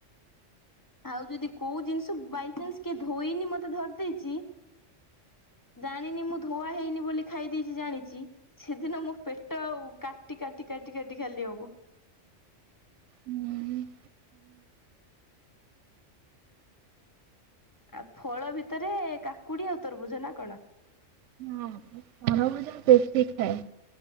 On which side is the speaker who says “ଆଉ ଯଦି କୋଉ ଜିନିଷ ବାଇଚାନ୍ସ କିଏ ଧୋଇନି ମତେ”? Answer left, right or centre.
Left